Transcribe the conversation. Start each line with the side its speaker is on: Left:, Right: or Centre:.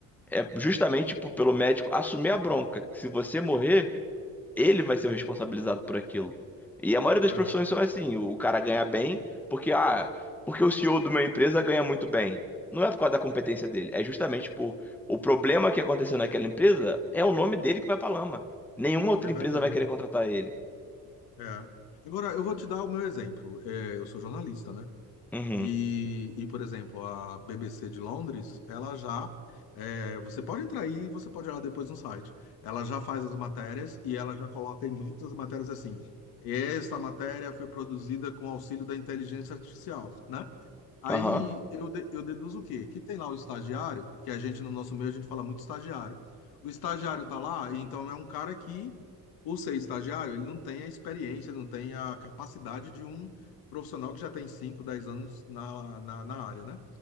Centre: É justamente tipo, pelo médico assumir a bronca. que Se você morrer, ele vai ser o responsabilizado por aquilo. E a maioria das
Left: É,
Centre: profissões são assim, o cara ganha bem porque ah, porque o CEO de uma empresa ganha muito bem. Não é por causa da competência dele, é justamente por o problema que aconteceu naquela empresa é o nome dele que vai pra lama. Nenhuma outra
Left: é
Centre: empresa
Left: verdade.
Centre: vai querer contratar ele.
Left: É. Agora, eu vou te dar o meu exemplo. É, eu sou jornalista, né?
Centre: Uhum.
Left: E, e, por exemplo, a BBC de Londres, ela já. é, você pode entrar aí e você pode olhar depois no site. Ela já faz as matérias e ela já coloca em muitas matérias assim. Esta matéria foi produzida com auxílio da inteligência artificial, né? Aí
Centre: Aham.
Left: eu, de- eu deduzo o quê? Que tem lá o estagiário, que a gente no nosso meio a gente fala muito estagiário. O estagiário tá lá, e então é um cara que, por ser estagiário, ele não tem a experiência, não tem a capacidade de um profissional que já tem 5 10 anos na, na, na área, né?